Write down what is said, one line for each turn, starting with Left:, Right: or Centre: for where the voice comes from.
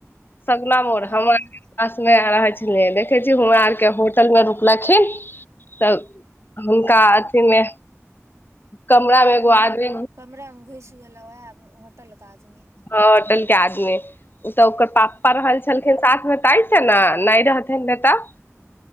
Left: सपना मोड़,
Right: हँ
Left: हमर पास मे रहे छले, देखे छी हमरा आर के होटल मे रुकलखिन। त हुनका अथि मे कमरा मे एगो
Right: हा
Left: आदमी
Right: हा कमरा मे घुस गेल होटल के आदमी
Left: हां होटल के आदमी। इ सबके ओकर पापा रहल छलखिन साथमे तइ से ने नहि रहथिन ने तब।